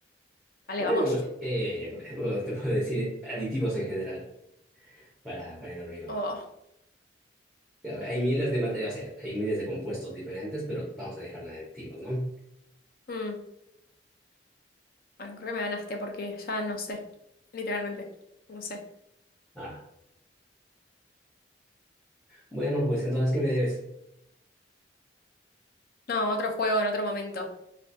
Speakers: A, on the left; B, in the centre.
A: Vale,
B: Bueno,
A: vamos.
B: eh, <laughs> bueno, te puedo decir aditivos en general para, para el hormigón.
A: Oh,
B: Hay miles de materiales o sea, hay miles de compuestos diferentes, pero vamos a dejarla de aditivos, ¿no?
A: mm. Bueno, creo que me ganaste porque ya no sé, literalmente. No sé.
B: Ah, bueno, pues entonces, ¿qué me debes?
A: No, otro juego en otro momento.